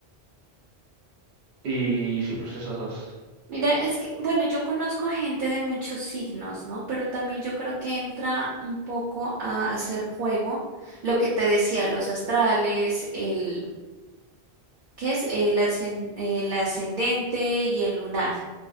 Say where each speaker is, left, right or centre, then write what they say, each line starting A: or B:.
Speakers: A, on the right; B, on the right.
A: y sí, pues esos dos.
B: Mira, es que, bueno, yo conozco a gente de muchos signos, ¿no? Pero también yo creo que entra un poco a hacer juego lo que te decía, los astrales, el, ¿qué es? El, ascen- el ascendente y el lunar.